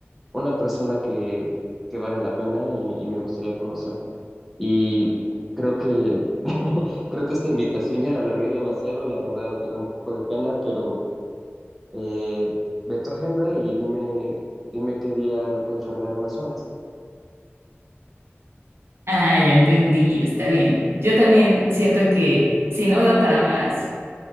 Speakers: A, in the centre; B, on the right.
A: una persona que, que vale la pena y, y me gustaría conocerte. Y creo que, <laughs> creo que esta invitación ya la alargué demasiado, la verdad me da un poco de pena, pero eh, ve tu agenda y dime, dime qué día me puedes regalar unas horas.
B: Ah, ya entendí, está bien. Yo también siento que si no da para más,